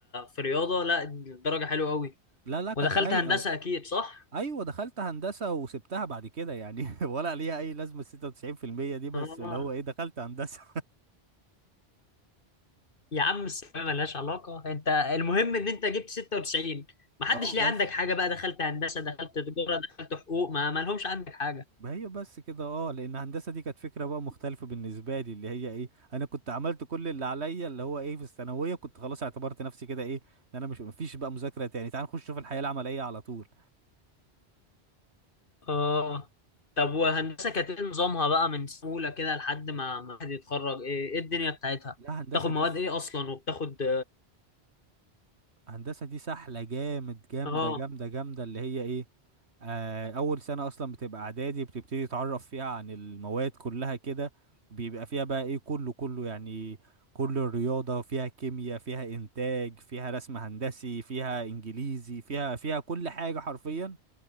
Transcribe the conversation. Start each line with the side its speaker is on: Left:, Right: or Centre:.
Left: في رياضة لا درجة حلوة قوي
Right: لا لا كانت
Left: ودخلت
Right: رايقة
Left: هندسة اكيد صح
Right: أيوة دخلت هندسة وسبتها بعد كده يعني <laughs> ولا ليها أي لازمة 96% دي بس
Left: اه
Right: اللي هو إيه دخلت هندسة
Left: يا عم الثانوية ملهاش علاقة انت المهم ان انت جبت 96 ما حدش
Right: <laughs> اه
Left: ليه
Right: بس
Left: عندك حاجة بقى دخلت هندسة دخلت تجارة دخلت حقوق ما ما لهمش عندك حاجة
Right: ما هي بس كده اه لأن هندسة دي كانت فكرة بقى مختلفة بالنسبة لي اللي هي إيه أنا كنت عملت كل اللي عليا اللي هو إيه في الثانوية كنت خلاص اعتبرت نفسي كده إيه إن أنا مش مفيش بقى مذاكرة تاني تعال نخش في الحياة العملية على طول
Left: اه طب وهندسة كانت ايه نظامها بقى من سهولة كده لحد ما ما حد يتخرج ايه ايه الدنيا بتاعتها
Right: لا هندسة
Left: بتاخد
Right: دي
Left: مواد ايه اصلا وبتاخد
Right: هندسة دي سحلة جامد جامدة
Left: اه
Right: جامدة جامدة اللي هي ايه آه اول سنة اصلا بتبقى اعدادي بتبتدي تتعرف فيها عن المواد كلها كده وبيبقى فيها بقى ايه كله كله يعني كل الرياضة فيها كيمياء فيها انتاج فيها رسم هندسي فيها انجليزي فيها فيها كل حاجة حرفيا